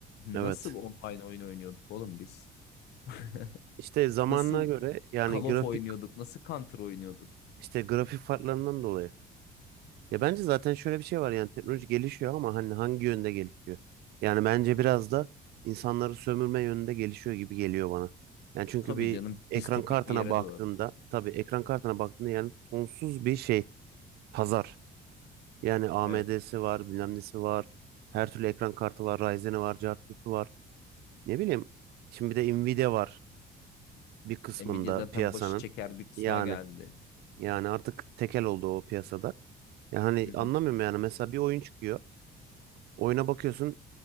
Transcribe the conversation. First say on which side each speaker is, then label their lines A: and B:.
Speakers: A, on the left; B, on the right.
A: Nasıl
B: Evet.
A: online oyun oynuyorduk oğlum biz? <laughs>
B: İşte zamanına
A: Nasıl
B: göre yani
A: Call
B: grafik
A: of oynuyorduk? Nasıl Counter oynuyorduk?
B: işte grafik farklarından dolayı Ya bence zaten şöyle bir şey var yani teknoloji gelişiyor ama hani hangi yönde gelişiyor? Yani bence biraz da insanları sömürme yönünde gelişiyor gibi geliyor bana. Yani çünkü
A: Tabii
B: bir
A: canım
B: ekran
A: distopik
B: kartına
A: bir yere
B: baktığında
A: doğru.
B: tabii ekran kartına baktığında yani sonsuz bir şey pazar. Yani AMD'si
A: Evet.
B: var, bilmem nesi var. Her türlü ekran kartı var, Ryzen'i var, Cartürk'ü var. Ne bileyim. Şimdi bir de Nvidia var bir kısmında
A: Nvidia zaten
B: piyasanın.
A: başı çeker bir kısma
B: Yani
A: geldi.
B: yani artık tekel oldu o piyasada. Yani hani
A: Hı hı.
B: anlamıyorum yani mesela bir oyun çıkıyor. Oyuna bakıyorsun